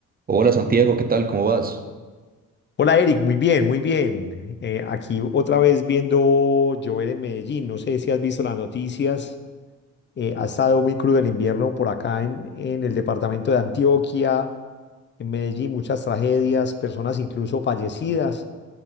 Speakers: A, on the right; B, on the left.
A: Hola Santiago, ¿qué tal? ¿Cómo vas?
B: Hola Eric, muy bien, muy bien. Eh, aquí otra vez viendo llover en Medellín. No sé si has visto las noticias. Eh, ha estado muy crudo el invierno por acá en, en el departamento de Antioquia, en Medellín, muchas tragedias, personas incluso fallecidas.